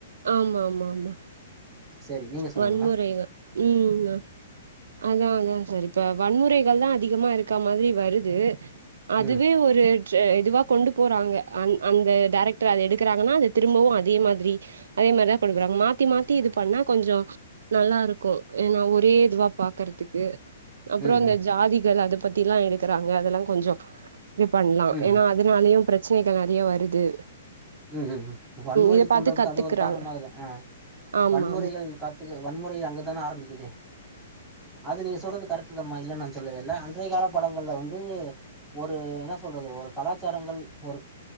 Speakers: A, on the right; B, in the centre.
A: ஆமா ஆமா ஆமா
B: சரி நீங்க சொல்லுங்கமா
A: வன்முறைங்க ம்ங்க அதா அதா சார் இப்ப வன்முறைகள்தா அதிகமா இருக்கமாரி வருது அதுவே
B: ம்
A: ஒரு கே இதுவா கொண்டு போறாங்க அந் அந்த டேரக்டர் அத எடுக்றாங்கனா அத திரும்பவு அதே மாதிரி அதேமாரிதா குடுக்குறாங்க மாத்தி மாத்தி இது பண்ணா கொஞ்சோ நல்லாருக்கு எனா ஒரே இதுவா பாக்கறதுக்கு அப்றோ
B: ம்
A: அந்த
B: ம்
A: ஜாதிகள் அத பத்தில்லா எடுக்றாங்க அதெல்லா கொஞ்சோ இது பண்ணலா
B: ம்
A: எனா
B: ம்
A: அதுனாலயு ப்ரச்சனைகள் நறைய வருது
B: ம் ம் ம் வன்முறைக்கு
A: இத
B: தூன்றதுக்
A: பாத்து கத்துக்குறாங்க
B: அது ஒரு காரணமாகுது ம்
A: ஆமா
B: வன்முறைகள் காத்துக்கு வன்முறை அங்கதான ஆரம்பிக்குது அது நீங்க சொல்றது கரெக்ட் ந்தமா இல்லன் நா சொல்லவே இல்ல அன்றைய கால படங்கள்ல வந்து ஒரு என்ன சொல்றது ஒரு கலாச்சாரங்கள் ஒரு